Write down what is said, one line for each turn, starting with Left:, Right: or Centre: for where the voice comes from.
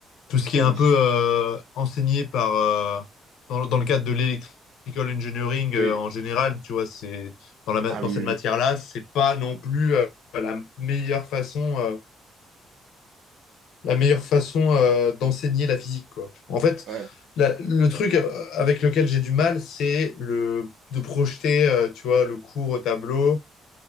Left: tout ce qui
Right: ah
Left: est un
Right: oui.
Left: peu euh, enseigné par, euh, dans, le- dans le cadre de l'electrical engineering
Right: Oui,
Left: euh, en général, tu vois, c'est, dans, la, ma-
Right: ah
Left: dans
Right: oui,
Left: cette
Right: oui, oui.
Left: matière-là, c'est pas non plus euh, la meilleure façon, euh, la meilleure façon euh, d'enseigner la physique, quoi. En fait,
Right: Ouais.
Left: la- le truc euh, avec lequel j'ai du mal, c'est le, de projeter, euh, tu vois, le cours au tableau,